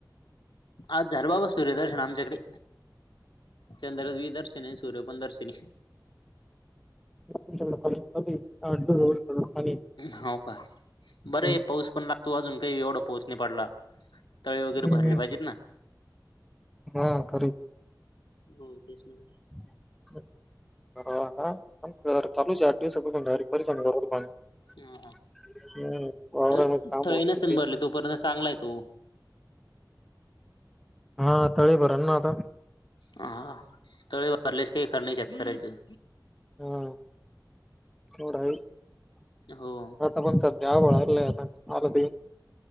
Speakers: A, on the left (about 85°); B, in the centre.
A: आज झालं बाबा सूर्यदर्शन आमच्याकडे. चंद्र बी दर्शिनी हाय, सूर्य पण दर्शिनी.
B: तुमच्याकडे पाणी चालू आहे? आठ दिवस झाले तुमच्याकडे पाणी
A: हाव का. बरे
B: आहे.
A: पाऊस पण लागतो अजून काही एवढा पाऊस नाही पडला, तळे वगैरे
B: हम्म
A: भरले पाहिजेत ना.
B: हा, खरीच.
A: हो तेच नव्ह.
B: <unintelligible> <unintelligible>
A: हा, हा
B: हम्म वावरामध्ये
A: त,
B: काम
A: थळी
B: होत नाही
A: नसेन
B: काही नाही.
A: भरले तोपर्यंत चांगलाय तो.
B: हा तळे भरणं ना आता?
A: हा, तळे भरलेस काही खर नाही शेत करायचं.
B: हो. तेवढा हाय,
A: हो
B: आता पण सध्या आभाळ आलेलंय आता, आता ते.